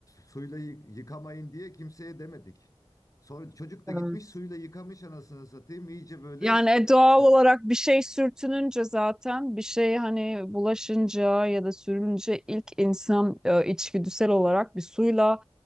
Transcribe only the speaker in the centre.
Of.
Yani e, doğal
olarak bir şey sürtününce zaten bir şey hani bulaşınca ya da sürünce ilk insan e, içgüdüsel olarak bir suyla